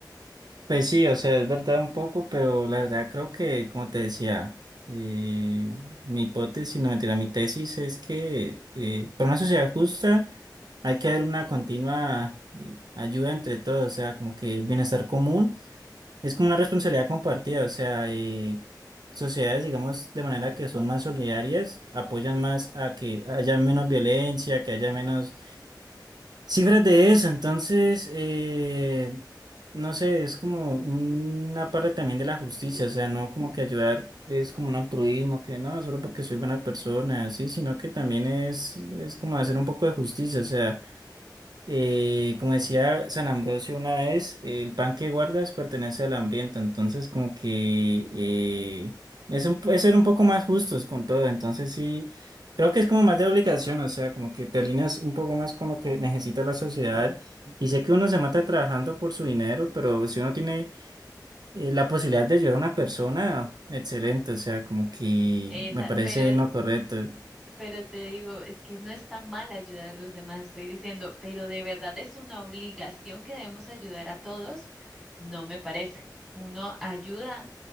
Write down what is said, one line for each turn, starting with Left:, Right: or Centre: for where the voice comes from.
Right: Pues sí, o sea, es verdad un poco, pero la verdad creo que, como te decía, eh, mi hipótesis, no mentira, mi tesis es que eh, para una sociedad justa hay que haber una continua eh, ayuda entre todos, o sea, como que el bienestar común es como una responsabilidad compartida, o sea, eh, sociedades, digamos, de manera que son más solidarias, apoyan más a que haya menos violencia, que haya menos Cifras de eso, entonces, eh, no sé, es como una parte también de la justicia, o sea, no como que ayudar es como un altruismo, que no, solo porque soy buena persona, sí, sino que también es, es como hacer un poco de justicia, o sea. Eh, como decía San Ambrosio una vez, el pan que guardas pertenece al hambriento, entonces como que eh, es, un- es ser un poco más justos con todo, entonces sí, creo que es como más de obligación, o sea, como que te alineas un poco más con lo que necesita la sociedad y sé que uno se mata trabajando por su dinero, pero si uno tiene eh, la posibilidad de ayudar a una persona, excelente, o sea, como que
Centre: Esa,
Right: me parece
Centre: pero,
Right: no correcto.
Centre: pero te digo, es que no está mal ayudar a los demás, estoy diciendo, pero de verdad es una obligación que debemos ayudar a todos, no me parece. Uno ayuda